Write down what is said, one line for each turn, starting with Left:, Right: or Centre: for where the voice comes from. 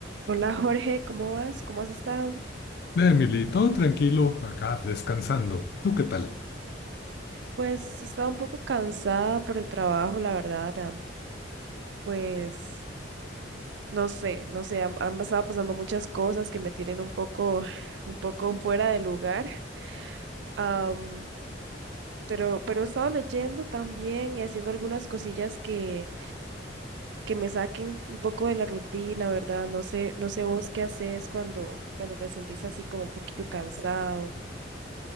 Right: Hola Jorge, ¿cómo vas? ¿Cómo has estado?
Left: Emily, todo tranquilo, acá descansando. ¿Tú qué tal?
Right: Pues he estado un poco cansada por el trabajo, la verdad. am- Pues no sé, no sé, han, han estado pasando muchas cosas que me tienen un poco, un poco fuera de lugar. am, pero, pero he estado leyendo también y haciendo algunas cosillas que, que me saquen un poco de la rutina, ¿verdad? No sé, no sé vos qué haces cuando, cuando te sentís así como un poquillo cansado.